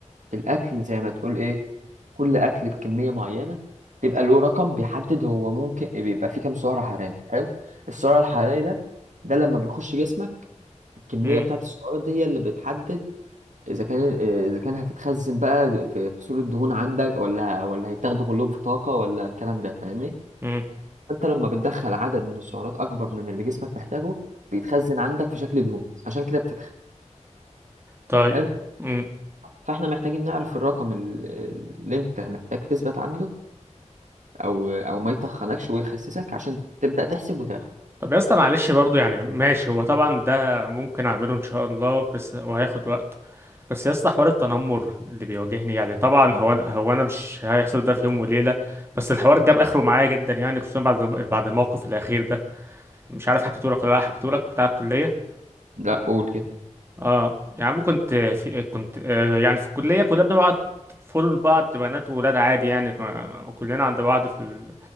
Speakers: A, on the right; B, on the right.
A: الاكل زي ما تقول ايه كل اكل بكميه معينه بيبقى له رقم بيحدد هو ممكن بيبقى فيه كام سعره حراريه حلو السعر الحراري ده ده لما بيخش جسمك الكميه
B: امم
A: بتاعت السعرات دي هي اللي بتحدد اذا كان اذا كان هتتخزن بقى في في صورة دهون عندك ولا ولا هيتاخدوا كلهم في طاقه ولا الكلام ده فاهمني
B: امم
A: فانت لما بتدخل عدد من السعرات اكبر من اللي جسمك محتاجه بيتخزن عندك في شكل دهون عشان كده بتتخن
B: طيب
A: حلو
B: امم
A: فاحنا محتاجين نعرف الرقم ال- اللي انت محتاج تثبت عنده او او ما يطخنكش ويخسسك عشان تبدأ تحسب وتاخد
B: طب يا اسطى معلش برضو يعني ماشي هو طبعا ده ممكن اعمله ان شاء الله بس وهياخد وقت بس يا اسطى حوار التنمر اللي بيواجهني يعني طبعا هو انا هو انا مش هيحصل ده في يوم وليلة بس الحوار جاب اخره معايا جدا يعني خصوصا بعد بعد الموقف الاخير ده مش عارف حكيتهولك ولا لا حكيتهولك بتاع الكلية
A: لا قول كده
B: اه يا عم كنت في كنت آه يعني في الكلية كلنا بنبعت فولو لبعض بنات وولاد عادي يعني ف- وكلنا عند بعض في, ال...